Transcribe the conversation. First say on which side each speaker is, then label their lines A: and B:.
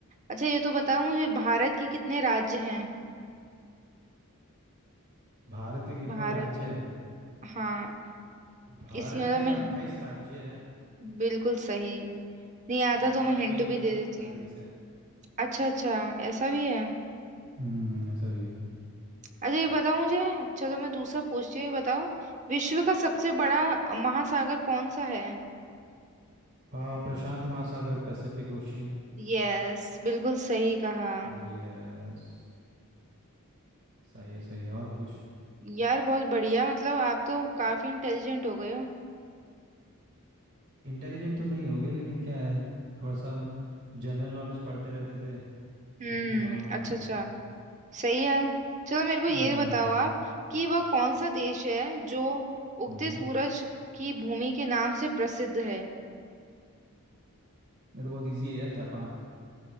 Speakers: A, on the right; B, on the right.
A: अच्छा ये तो बताओ मुझे भारत के कितने राज्य हैं
B: भारत के कितने
A: भारत
B: राज्य
A: के
B: है
A: हाँ
B: भारत
A: इसी मतलब
B: के
A: मैं
B: अट्ठाईस राज्य है
A: बिल्कुल सही नहीं आता
B: और सात
A: तो मैं हिंट
B: केंद्र
A: भी
B: शासित
A: दे देती
B: प्रदेश
A: हूँ
B: है
A: अच्छा अच्छा ऐसा भी है
B: हम्म ऐसा भी है
A: अच्छा ये बताओ मुझे चलो मैं दूसरा पूछती हूँ ये बताओ विश्व का सबसे बड़ा महासागर कौन सा है
B: आ, Prashant Mahasagar Pacific Ocean
A: यस बिल्कुल सही कहा
B: Yes सही है सही है और पूछ
A: यार बहुत बढ़िया मतलब आप तो काफी इंटेलिजेंट हो गए हो
B: इंटेलिजेंट तो नहीं हो गए लेकिन क्या है थोड़ा सा हम जनरल नॉलेज पढ़ते रहते थे
A: हम्म
B: इसलिए थोड़ा बहुत
A: अच्छा
B: आ जाता
A: अच्छा
B: है
A: सही है चलो मेरे को ये
B: हम्म
A: बताओ आप कि वह कौन सा देश है जो उगते
B: हम्म
A: सूरज की भूमि के नाम से प्रसिद्ध है
B: ये तो बहुत इजी है यार जापान